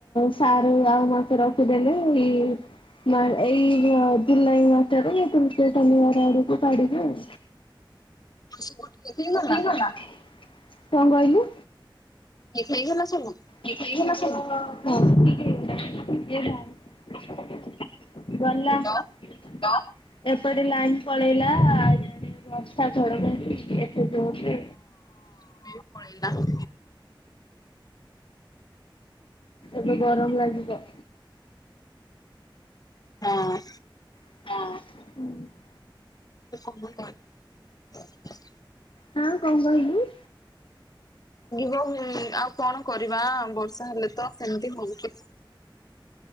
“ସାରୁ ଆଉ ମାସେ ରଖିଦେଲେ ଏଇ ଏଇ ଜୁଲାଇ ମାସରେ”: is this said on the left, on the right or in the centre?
Left